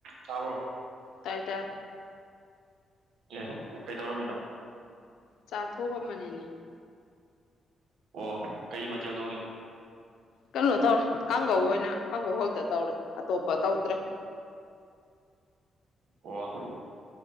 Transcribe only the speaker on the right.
ꯇꯥꯕ꯭ꯔꯣ
ꯑꯦ ꯀꯩ ꯇꯧꯔꯝꯃꯤꯅꯣ
ꯑꯣ ꯀꯩ ꯃꯊꯦꯜ ꯇꯣꯡꯉꯤꯕ
ꯑꯣ